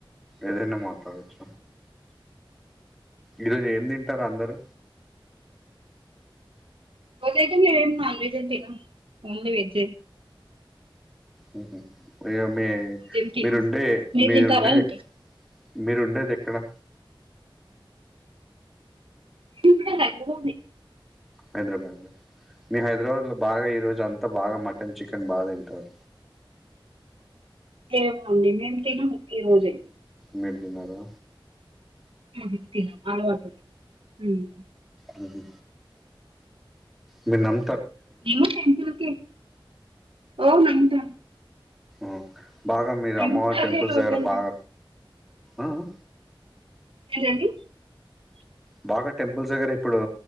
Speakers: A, in the centre; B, on the right (about 80°).
A: ఏదైనా మాట్లాడచ్చ ఈరోజు ఏం తింటరు అందరు
B: ఈరోజైతే మేమేం నాన్వెజ్ తినం ఓన్లీ వెజ్ ఎ
A: మ్మ్ హు మేవ్మే
B: ఏం తినము
A: మీరుండే
B: మీరు
A: మీరుండే
B: తింటారా ఏంటి
A: మీరుండేదెక్కడ
B: గింత లైన్ గ ఉంది
A: హైద్రబాద్ మీ హైదరాబాద్లో బాగా ఈరోజు అంత బాగా మటన్ చికెన్ బాగ తింటర్
B: ఏమొండి మేము తినం ఈ రోజె
A: మీరు తిన్నరా
B: మ్మ్ హు తిన అలవాటు హ్మ్
A: మ్మ్ హు మిర్ నం
B: లేదు ట్వంటీ రూపీస్ ఓ నైన్ట
A: ఆ బాగా మీది
B: మేము
A: అమ్మవారి
B: కూడా
A: టెంపుల్స్
B: అదే కడతాను
A: దగ్గర బాగ ఆ అ
B: ఎందండి
A: బాగ టెంపుల్స్ దగ్గర ఇప్పుడూ